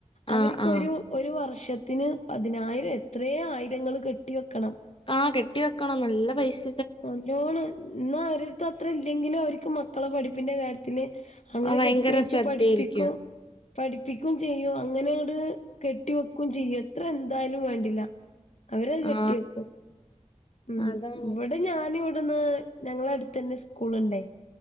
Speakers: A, on the left; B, on the left.
A: ആ
B: അവർക്ക്
A: ആ
B: ഒരു ഒരു വർഷ ത്തിന് പതിനായിരം എത്രേ ആയിരങ്ങൾ കെട്ടി വെക്കണം.
A: ആഹ് കെട്ടി വെക്കണം നല്ല പൈസ്
B: ന്നല്ലോണം ഇന്നാ ആരട്ത്തും അത്ര ഇല്ലെങ്കിലും അവർക്ക് മക്കളെ പഠിപ്പിന്റെ കാര്യത്തില് അങ്ങനെ
A: ആ ഭയങ്കര
B: കെട്ടി വെച്ച്
A: ശ്രദ്ധയായിരിക്കും
B: പഠിപ്പിക്കും. പഠിപ്പിക്കും ചെയ്യും അങ്ങനെ ണ്ട് കെട്ടി വെക്കും ചെയ്യ എത്ര എന്തായാലും വേണ്ടില്ല. അവരഹ് കെട്ടിയെക്കും.
A: ആ
B: ഉം
A: അതാണ്
B: ഇവടെ ഞാന് ഇവട്ന്ന് ഞങ്ങള ട്ത്തന്നെ സ്കൂള്ണ്ടേ.